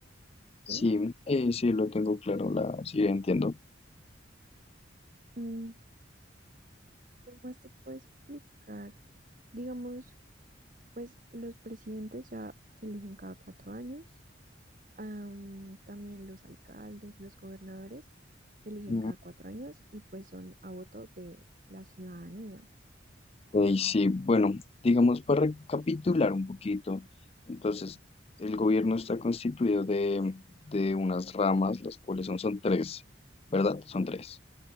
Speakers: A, on the left; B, on the right.
A: Sí,
B: ¿sí?
A: eh, sí, lo tengo claro, la, sí, entiendo.
B: Mm, ¿Qué más te puedo explicar? Digamos, pues los presidentes ya se eligen cada cuatro años, am, también los alcaldes, los gobernadores se eligen
A: Mm.
B: cada cuatro años y pues son a voto de la ciudadanía,
A: Eh, sí, bueno, digamos para recapitular un poquito, entonces el gobierno está constituido de, de unas ramas, las cuales son, son tres, ¿verdad? Son
B: sí,
A: tres.